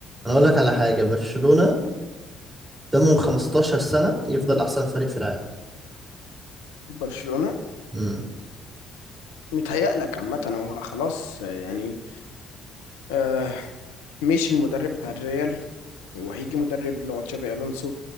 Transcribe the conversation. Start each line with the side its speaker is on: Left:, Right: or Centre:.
Right: انا اقول لك على حاجه برشلونه ده من 15 سنه يفضل احسن فريق في العالم
Left: برشلونة
Right: امم
Left: متهيأ لك عامة هو خلاص يعني آه مشي المدرب بتاع الريال وهيجي مدرب اللي هو تشافي الونسو